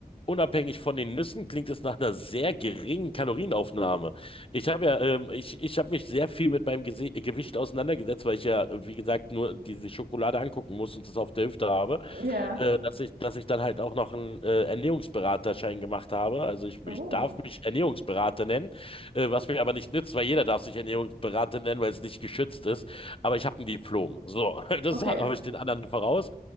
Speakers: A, on the left (about 35°); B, on the right (about 85°).
A: unabhängig von den Nüssen, klingt es nach einer sehr geringen Kalorienaufnahme. Ich habe ja, ähm, ich, ich habe mich sehr viel mit meinem Gese Gewicht auseinandergesetzt, weil ich ja, äh, wie gesagt, nur diese Schokolade angucken muss und das auf der Hüfte habe
B: Ja.
A: äh, dass ich, dass ich dann halt auch noch einen äh, Ernährungsberaterschein gemacht habe. Also ich,
B: Oh.
A: ich darf mich Ernährungsberater nennen, äh, was mir aber nicht nützt, weil jeder darf sich Ernährungsberater nennen, weil es nicht geschützt ist. Aber ich habe ein Diplom. So, <laughs> das
B: Okay,
A: habe ich den anderen voraus.